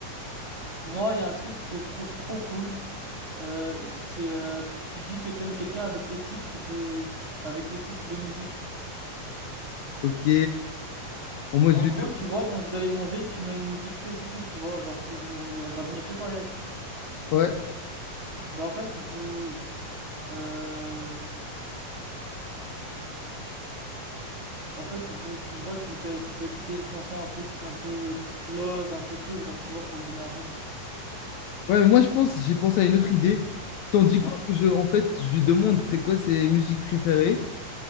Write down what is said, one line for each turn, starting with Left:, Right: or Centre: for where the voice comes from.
Right: Moi, il y a un truc que je trouve trop cool, euh, c'est, euh, tu dis que t'aimes quelqu'un avec les titres de, avec les titres de musique.
Left: Ok. Au moins, je
Right: En
Left: lui.
Right: gros, tu vois, quand vous allez manger, tu mets une musique spécifique, tu vois. Genre, si vous, elle va venir chez toi, Yak.
Left: Ouais.
Right: Bah, en fait, vous, euh, en fait, vous, tu vois, tu le fais, tu fais écouter une chanson un peu, un peu love, un peu truc, genre, tu vois, pour lui donner un hint.
Left: Ouais, moi je pense, j'ai pensé à une autre idée. Tandis
Right: Dis-moi.
Left: quoi que je, en fait, je lui demande c'est quoi ses musiques préférées,